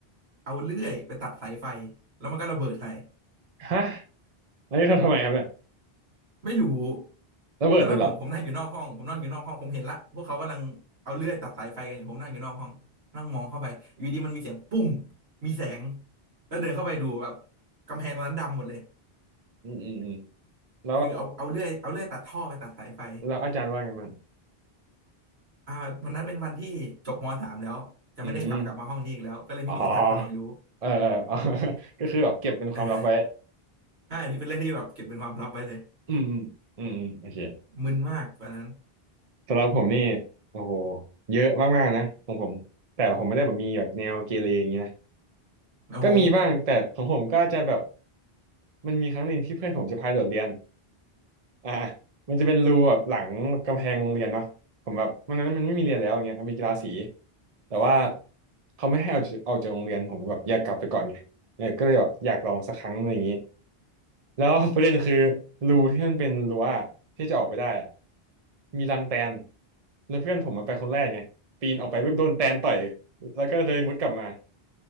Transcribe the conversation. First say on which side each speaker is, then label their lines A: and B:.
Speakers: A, on the right; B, on the right.
A: เอาเลื่อยไปตัดสายไฟแล้วมันก็ระเบิดใส่
B: ฮะอันนี้ทำทำไมครับเนี่ย
A: ไม่รู้
B: ระเบิดเลยเหรอ
A: ตอนนั้นผมผมนั่งอยู่นอกห้องผมนั่งอยู่นอกห้องผมเห็นละพวกเขากำลังเอาเลื่อยตัดสายไฟกันอยู่ผมนั่งอยู่นอกห้องนั่งมองเข้าไปอยู่ดีมันมีเสียงปุ้งมีแสงแล้วเดินเข้าไปดูแบบกำแพงตรงนั้นดำหมดเลย
B: <laughs> อืมอืมอืมแล้ว
A: คือเอาเอาเลื่อยเอาเลื่อยตัดท่อไปตัดสายไฟ
B: แล้วอาจารย์ว่าไงบ้าง
A: อ่าวันนั้นเป็นวันที่จบมสามแล้วจะไม่ได้กลับกลับมาห้องนี้อีกแล้วก็เลยไม่มีอาจารย์คนไหนรู้
B: อืม อ๋อเออเออเออ <laughs> ก็คือแบบเก็บเป็นความลับไว้
A: เออใช่อันนี้เป็นเรื่องที่แบบเก็บเป็นความลับไว้เลย
B: อืมอืมอืมอืมโอเค
A: มึนมากตอนนั้น
B: สำหรับผมนี่โอ้โหเยอะมากๆนะของผมแต่ผมไม่ได้แบบมีแบบแนวเกเรอย่างนี้นะ
A: โอ้โห
B: ก็มีบ้างแต่ของผมก็จะแบบมันมีครั้งหนึ่งที่เพื่อนผมจะพาโดดเรียนอ่ามันจะเป็นรูแบบหลังกำแพงโรงเรียนเนาะผมแบบวันนั้นมันไม่มีเรียนแล้วอย่างเงี้ยมันมีกีฬาสีแต่ว่าเขาไม่ให้เอาเอาจากโรงเรียนผมก็แบบอยากกลับไปก่อนไงเออก็เลยแบบอยากลองสักครั้งอะไรอย่างนี้ แล้ว <laughs> ประเด็นคือรูที่มันเป็นรั้วอะที่จะออกไปได้อะมีรังแตนแล้วเพื่อนผมมันไปคนแรกไงปีนออกไปเพิ่มโดนแตนต่อยแล้วก็เลยมุดกลับมา